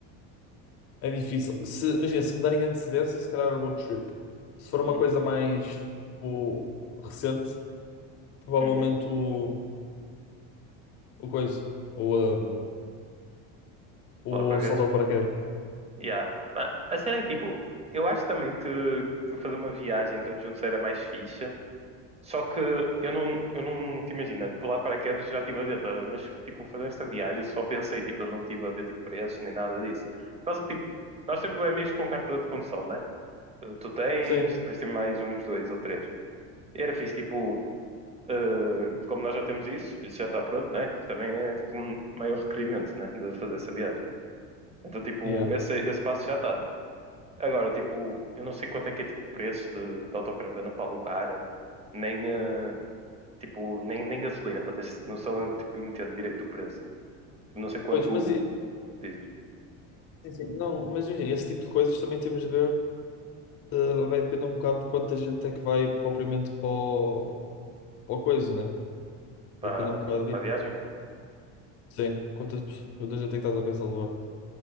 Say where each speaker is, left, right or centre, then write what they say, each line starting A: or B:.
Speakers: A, on the left; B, on the right.
A: é difícil. Se, imagina, se me derem antecedência, se calhar a road trip. Se for uma
B: Uhum,
A: coisa mais, tipo, recente, provavelmente
B: uhum.
A: o, o coisa. Ou, ah, o
B: Lá para redes?
A: salto de paraquedas.
B: Yeah. Mano, a cena é que tipo, eu acho também que, que fazer uma viagem todos juntos era mais fixe, Só que eu não, eu não te imagina, pular de paraquedas já estive a ver, tá? mas tipo, fazer esta viagem só pensei, tipo, eu não estive a ver tipo, preços nem nada disso. Por causa que, tipo, nós temos bem amigos com carta de condução, né? Eh, Tu tens,
A: Sim.
B: depois tem mais uns dois ou três. E era fixe, tipo, eh, como nós já temos isso, isso já está pronto, né? Também é tipo um maior requerimento, né? De fazer essa viagem. Então, tipo,
A: Yeah.
B: esse, esse passo já está. Agora, tipo, eu não sei quanto é que é tipo preço de, de autocaravana para alugar, nem, eh, Tipo, nem, nem gasolina, para teres noção, eu tipo, entendo direito o preço. Não sei quanto
A: Pois, mas,
B: o
A: e-
B: dizes.
A: sim, sim, não, mas enfim, esse tipo de coisas também temos de ver. eh, vai depender um bocado de quanta gente é que vai propriamente para o, para o coisa, né?
B: Para,
A: Vai depender um bocado disso.
B: para a viagem?
A: Sim, quantas, pessoas- quanta gente é que estás a pensar levar.